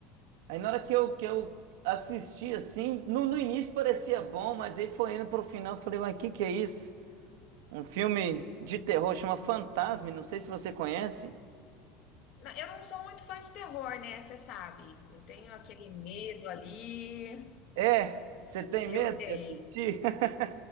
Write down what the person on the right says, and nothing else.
Aí na hora que eu, que eu assisti, assim, no, no início parecia bom, mas aí foi indo pro final. Eu falei, uai, que que é isso? Um filme de terror chama Fantasme, não sei se você conhece.
É, você tem
medo
de assistir? <laughs>